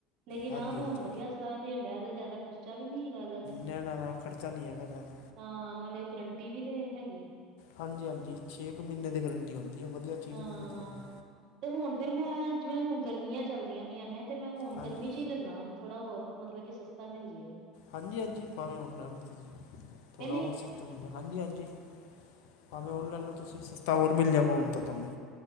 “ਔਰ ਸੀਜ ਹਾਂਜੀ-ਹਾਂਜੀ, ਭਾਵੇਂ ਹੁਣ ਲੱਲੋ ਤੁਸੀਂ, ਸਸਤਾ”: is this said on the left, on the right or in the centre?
Left